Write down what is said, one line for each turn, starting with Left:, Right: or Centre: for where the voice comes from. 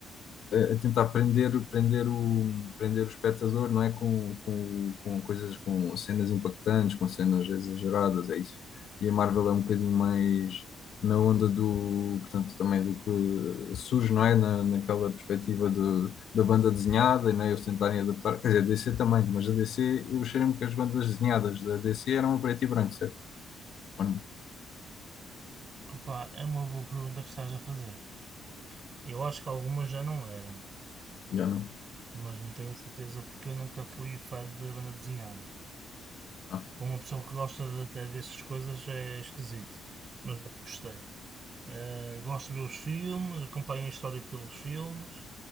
Left: a tentar prender, prender o, prender o espectador, não é? Com, com, com coisas, com cenas impactantes, com cenas exageradas, é isso. E a Marvel é um bocadinho mais na onda do, portanto, também do que surge, não é? Na, naquela perspectiva do, da banda desenhada, e não é? Eles tentarem adaptar, quer dizer, a DC também, mas a DC, eu cheiro-me que as bandas desenhadas da DC eram a preto e branco, certo? Ou não?
Right: Pá, é uma boa pergunta que estás a fazer. Eu acho que algumas já não eram,
Left: Já não?
Right: mas não tenho certeza porque eu nunca fui fã da banda desenhada.
Left: Ah,
Right: Para uma pessoa que gosta de- até dessas coisas é esquisito, mas eu gostei. Eh, gosto de ver os filmes, acompanho a história pelos filmes.